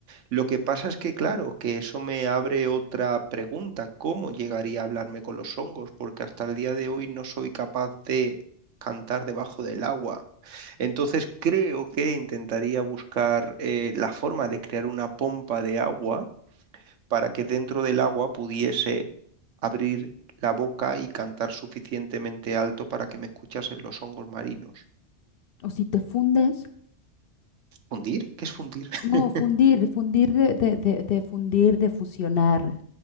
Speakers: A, on the right; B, on the left.
A: Lo que pasa es que, claro, que eso me abre otra pregunta. ¿Cómo llegaría a hablarme con los hongos? Porque hasta el día de hoy no soy capaz de cantar debajo del agua. Entonces creo que intentaría buscar eh, la forma de crear una pompa de agua para que dentro del agua pudiese abrir la boca y cantar suficientemente alto para que me escuchasen los hongos marinos.
B: O si te fundes,
A: ¿Fundir? ¿Qué es fundir? <laughs>
B: no, fundir, fundir de, de, de, de fundir, de fusionar.